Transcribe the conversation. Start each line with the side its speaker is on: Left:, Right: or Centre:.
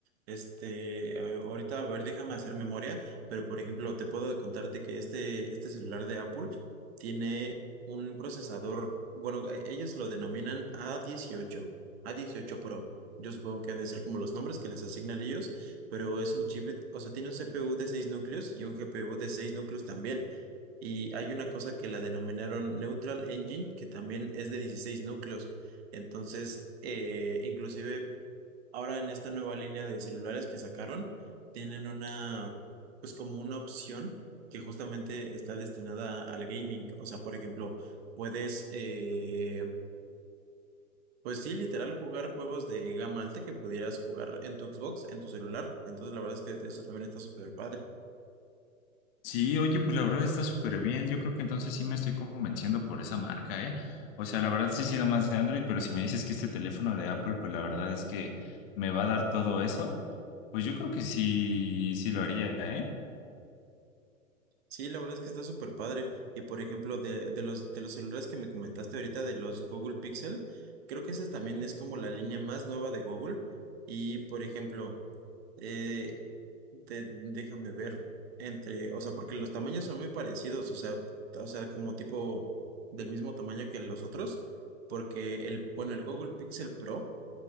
Right: Este, a- ahorita, a ver, déjame hacer memoria, pero por ejemplo, te puedo contarte que este, este celular de Apple tiene un procesador, bueno, e- ellos lo denominan a dieciocho, a dieciocho Pro. Yo supongo que han de ser como los nombres que les asignan ellos, pero es un chip, o sea, tiene un CPU de 6 núcleos y un GPU de 6 núcleos también. Y hay una cosa que la denominaron Neutral Engine, que también es de 16 núcleos. Entonces, eh, inclusive Ahora en esta nueva línea de celulares que sacaron, tienen una, pues como una opción que justamente está destinada al gaming. O sea, por ejemplo, puedes, eh, pues sí, literal, jugar juegos de gama alta que pudieras jugar en tu Xbox, en tu celular. Entonces, la verdad es que eso también está súper padre.
Left: Sí, oye, pues la verdad está súper bien. Yo creo que entonces sí me estoy convenciendo por esa marca, ¿eh? O sea, la verdad sí he sido más de Android, pero si me dices que este teléfono de Apple, pues la verdad es que me va a dar todo eso, pues yo creo que sí, sí lo haría, ¿eh?
Right: Sí, la verdad es que está súper padre. Y por ejemplo, de, de los, de los celulares que me comentaste ahorita, de los Google Pixel, creo que esa también es como la línea más nueva de Google. Y por ejemplo, eh, de- déjame ver entre, o sea, porque los tamaños son muy parecidos, o sea, o sea, como tipo del mismo tamaño que los otros, porque el, bueno, el Google Pixel Pro